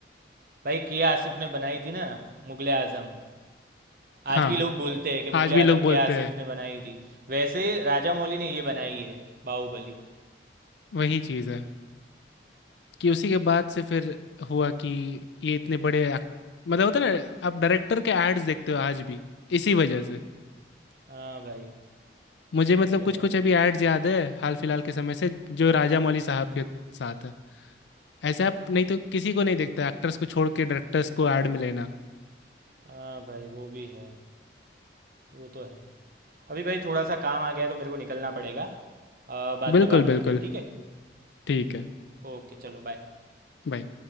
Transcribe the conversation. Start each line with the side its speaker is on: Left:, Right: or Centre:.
Right: भाई के आसिफ ने बनाई थी ना मुगल आजम आज
Left: हाँ
Right: भी लोग बोलते हैं कि मुगल
Left: आज भी
Right: आजम
Left: लोग बोलते
Right: के आसिफ
Left: हैं
Right: ने बनाई थी वैसे राजा मौली ने ये बनाई है बाहुबली
Left: वही चीज़ है कि उसी के बाद से फिर हुआ कि ये इतने बड़े act- मतलब होता है ना आप डायरेक्टर के एड्स देखते हो आज भी इसी वजह से
Right: हाँ भाई
Left: मुझे मतलब
Right: वो तो
Left: कुछ
Right: है
Left: कुछ अभी एड्स याद है हाल फिलहाल के समय से जो राजा मौली साहब के साथ है ऐसे आप नहीं तो किसी को नहीं देखते एक्टर्स को छोड़ के डायरेक्टर्स को ऐड में लेना
Right: हाँ भाई वो भी है वो तो है अभी भाई थोड़ा सा काम आ गया है तो मेरे को निकलना पड़ेगा अ, बाद
Left: बिल्कुल
Right: में बात करते
Left: बिल्कुल
Right: हैं ठीक है
Left: ठीक है
Right: ओके चलो बाय
Left: बाय